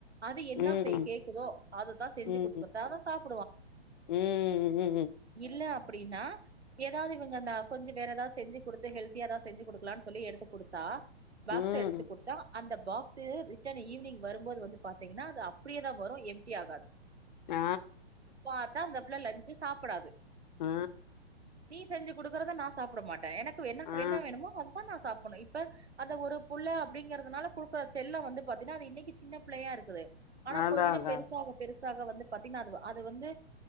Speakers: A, on the right (about 85°); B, on the left (about 45°).
A: அது என்னா
B: ம்
A: செய் கேக்குதோ அததான் செஞ்சு
B: ம்
A: குடுத்துத்தா சாப்ப
B: ம் ம்
A: இல்ல அப்பிடின்னா எதாவது இவுங்க நான் அப்பஞ்சி வேற எதாவ செஞ்சு குடுத்து ஹெல்தியாதான் செஞ்சு குடுக்கலாம்னு சொல்லி எடுத்து குடுத்தா பாக்ஸ்
B: ம்
A: எடுத்து குடுத்தா அந்த பாக்ஸு ரிட்டன் ஈவினிங் வரும்போது வந்து பாத்தீங்கன்னா அது அப்பிடியேதான் வரும் எம்ப்டிி ஆகாது
B: ஆ
A: பாத்தா அந்தப்புள்ள லஞ்சு சாப்படாது
B: அ
A: நீ செஞ்சு குடுக்குறத நான் சாப்பிட மாட்டேன் எனக்கு வென்னாக்கு
B: ஆ
A: என்ன வேணுோமோ அததான் நா சாப்புண்ணு இப்ப அந்த ஒரு புள்ள அப்டிங்றிறதுனால குடுக்குற செல்லோ வந்து பாத்தீனா அது இன்னிக்கி சின்ன பிள்ளேயா இருக்குது ஆனா
B: அதா
A: கொஞ்ச
B: அதா
A: பெருசாக பெரு தாக வந்து பாத்தீங்னா அதுவா அது வந்து